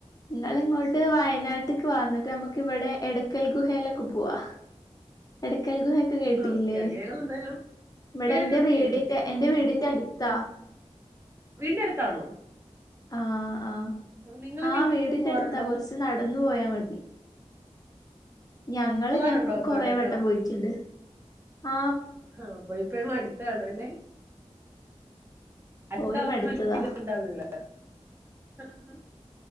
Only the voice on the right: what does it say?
ആഹ് ഓക്കെ ഓക്കെ ഞങ്ങൾ എന്തായാലും
കേട്ടിട്ടുണ്ട്
കേട്ടിട്ടുണ്ട്
വീൻന്റെ അടുത്താണോ
നിങ്ങളൊക്കെ
ഇപ്പ
എപ്പഴും പോവാറുണ്ടോ
പോവാറുണ്ടോ
അപ്പൊ
അവിടെയൊക്കെ
ആഹ് പോയിപ്പോയി മടുത്ത് കാണുമല്ലേ <unintelligible>
ഞാൻ